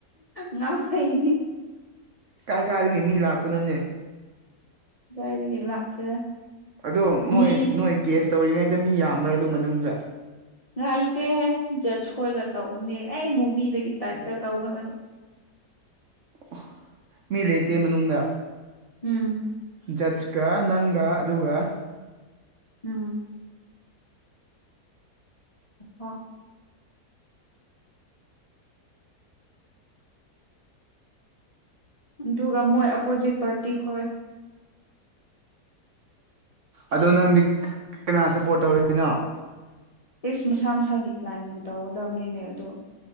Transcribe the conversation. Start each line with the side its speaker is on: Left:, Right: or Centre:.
Left: ꯉꯥꯎ <unintelligible>
Right: ꯀꯥꯏ ꯀꯥꯏꯗꯒꯤ ꯃꯤ ꯂꯥꯛꯄꯅꯣꯅꯦ꯫
Left: ꯀꯥꯏꯗꯒꯤ ꯂꯥꯛꯀꯦꯔꯥ
Right: ꯑꯗꯣ ꯃꯣꯏ
Left: ꯃꯤ
Right: ꯅꯣꯏ ꯀꯦꯁ ꯇꯧꯔꯤꯉꯩꯗ ꯃꯤ ꯌꯥꯝꯕ꯭ꯔꯥ ꯑꯗꯨ ꯃꯅꯨꯡꯗ
Left: ꯉꯥꯏꯇꯦꯍꯦ ꯖ꯭ꯆꯁ ꯈꯣꯏꯒ ꯇꯧꯕꯅꯦ ꯑꯦ ꯃꯨꯚꯤꯗꯒꯤ ꯇꯥꯏꯞꯀ ꯇꯧꯕ ꯅꯠ
Right: ꯑꯣ ꯃꯤ ꯂꯩꯇꯦ ꯃꯅꯨꯡꯗ꯫
Left: ꯎꯝ
Right: ꯖꯠꯁꯀ ꯅꯪꯒ ꯑꯗꯨꯒ
Left: ꯎꯝ ꯑ ꯑꯗꯨꯒ ꯃꯣꯏ ꯑꯄꯣꯖꯤꯠ ꯄꯥꯔꯇꯤ ꯈꯣꯏ
Right: ꯑꯗꯣ ꯅꯪꯗꯤ ꯀꯅꯥ ꯁꯞꯄꯣꯔꯠ ꯇꯧꯔꯤꯅꯣ
Left: ꯏꯁ ꯃꯁꯥ ꯃꯁꯥꯒꯤ ꯀ꯭ꯂꯥꯏꯟꯕꯨ ꯇꯧꯒꯗꯕꯅꯤꯅꯦ ꯑꯗꯣ